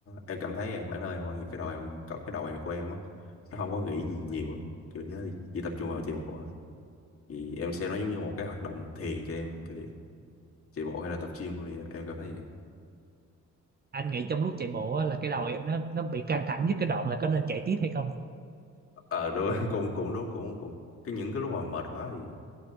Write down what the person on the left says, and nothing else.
em cảm thấy bản thân em thôi, cái đầu em có cái đầu em của em á nó không có nghĩ gì nhiều á. kiểu nhớ chỉ tập trung vào chạy bộ á. thì em xem nó giống như một cái hoạt động thiền cho em kiểu vậy. chạy bộ hay là tập gym của em em cảm thấy vậy
ờ đúng <laughs> cũng cũng đúng cũng cũng cái những cái lúc mà mệt quá thì